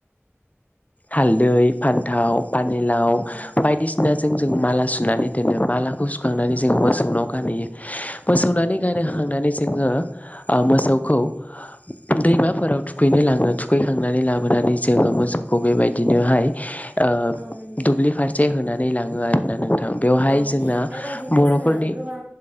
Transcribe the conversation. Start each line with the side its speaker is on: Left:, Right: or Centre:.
Left: हालदै। फान्थाव पानिलाव
Right: औ
Left: बायदिसिनाजों
Right: औ नंगौ
Left: जों माला सुनानै। बिदिनो माला। औ सुखांनानै
Right: औ
Left: जों
Right: नंगौ
Left: मोसौनाव गानहैयो मोसौनानै
Right: औ
Left: गानहांनानै। जोङो। मोसौखौ।
Right: उम,
Left: दैमाफोराव थुखैनो लाङो थुखैखांनानै लाबो। लाबोनानै
Right: औ
Left: जोङो मोसौखौ
Right: औ
Left: बेबायदिनोहाय। ओ
Right: औ नंगौ
Left: दुब्लि फारसे होनो सोनानै लाङो आरोना नोंथां बेवहाय
Right: औ
Left: जोंना
Right: बेबायदिनो
Left: बर'फोरनि
Right: जोङो गोबां